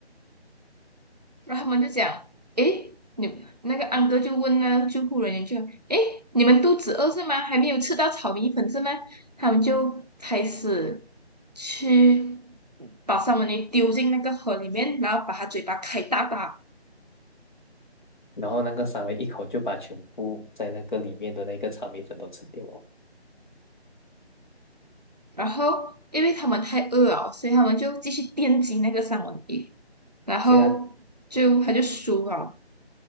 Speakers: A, on the right (about 40°); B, on the left (about 45°).
A: 然后他们就讲，诶，你那个安哥就问那个救护人员就，诶，你们肚子饿是吗？还没有吃到炒米粉是吗？他们就开始去把三文鱼丢进那个河里面，然后把它嘴巴开大大，
B: 然后那个三文一口就把全部在那个里面的那个炒米粉都吃掉哦，
A: 然后因为他们太饿了，所以他们就继续电击那个三文鱼，然后就他就输了，
B: 所以啊，